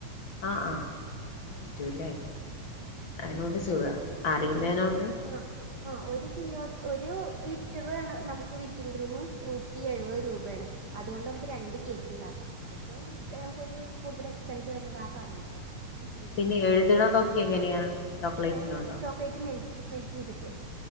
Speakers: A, on the left; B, on the right.
A: ആഹ് ആഹ് അങ്ങനെ പറ്റൂല്ലേ അയിനൊണ്ട്
B: അപ്പം
A: സുഖ അറിയന്നേനോണ്ട്
B: ആ ഒരു ആ ആ ഒരു കിലോ ഒരു ലിറ്ററാണ് നമുക്ക് വിപ്പിംഗ് ക്രീമ് നൂറ്റി എഴുപത് രൂപയാണ് അതൊണ്ട് രണ്ട് കേക്ക് ഇണ്ടാക്കാം ഏറ്റവും നമുക്ക് അയില് കൂടുതൽ എക്സ്പെൻസ് വരുന്നത് ആ സാധനത്തിനാണ് വിപ്പിംഗ്
A: പിന്നെ
B: ക്രീമിന്
A: എഴുത്ണതൊക്കെ എങ്ങനെയാ ചോക്ലേറ്റിനോണ്ടോ
B: ഞാന് ചോക്ലേറ്റ് മെൽ മെൽറ്റ് ചെയ്തിട്ട്